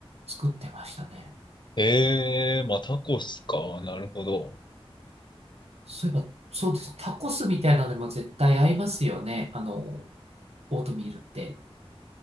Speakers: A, on the right; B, on the left.
A: 作ってましたね。
B: ええまあタコスか。なるほど。
A: そういえば、そうです。タコスみたいなのにも絶対合いますよね。あの、オートミールって。